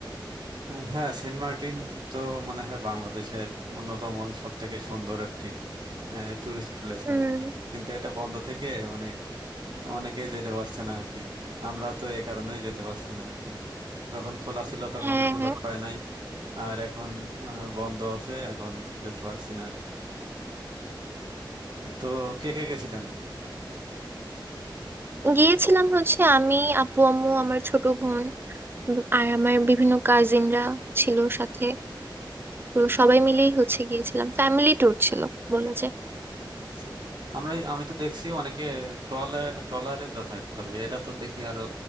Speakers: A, on the right; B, on the right.
A: আহ, হ্যাঁ সেন্ট মার্টিন তো মনে হয় বাংলাদেশের অন্যতম সব থেকে সুন্দর একটি টুরিস্ট প্লেস
B: হুম
A: আর কি কিন্তু এটা বন্ধ থেকে অনেক অনেকেই যেতে পারছে না আর কি আমরা তো এই কারণেই যেতে পারছি না আর কি যখন খোলা ছিল তখন
B: হ্যাঁ
A: সুযোগ
B: হ্যাঁ
A: পায় নাই আর এখন আহ, বন্ধ আছে এখন যেতে পারছি না আর। তো কে কে গেছিলেন
B: গিয়েছিলাম হচ্ছে আমি আপু আম্মু আমার ছোট বোন উম, আর আমার বিভিন্ন কাজিনরা ছিল সাথে তো সবাই মিলেই হচ্ছে গিয়েছিলাম ফ্যামিলি ট্যুর ছিল বলা যায়
A: আচ্ছা। আমরা আমি তো দেখছি অনেকে ট্রলার ট্রলারে যাতায়াত করে এটা তো দেখি আরো